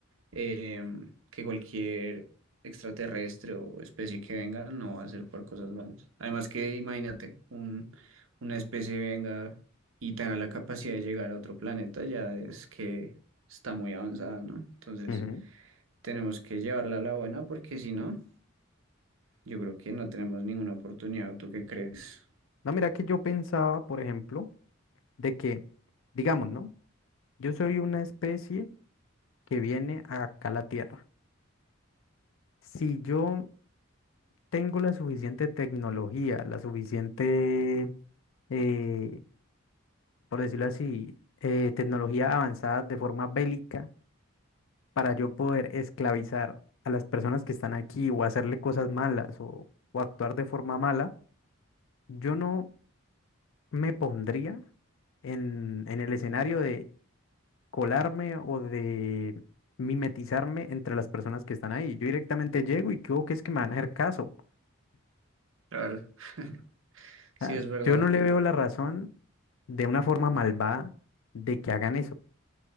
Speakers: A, on the right (about 70°); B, on the left (about 70°).
A: em, que cualquier extraterrestre o especie que venga no va a ser por cosas malas. Además que imagínate, un, una especie venga y tenga la capacidad de llegar a otro planeta, ya es que está muy avanzada, ¿no? Entonces,
B: ujú.
A: tenemos que llevarla a la buena porque si no, yo creo que no tenemos ninguna oportunidad. ¿Tú qué crees?
B: No, mira que yo pensaba, por ejemplo, de que, digamos, ¿no? Yo soy una especie que viene acá a la Tierra. Si yo tengo la suficiente tecnología, la suficiente, eh, por decirlo así, eh, tecnología avanzada de forma bélica para yo poder esclavizar a las personas que están aquí o hacerle cosas malas o, o actuar de forma mala, yo no me pondría en, en el escenario de colarme o de mimetizarme entre las personas que están ahí. Yo directamente llego y creo que es que me van a hacer caso.
A: Claro. <laughs>
B: O
A: Sí,
B: sea,
A: es verdad.
B: yo no le veo la razón de una forma malvada de que hagan eso.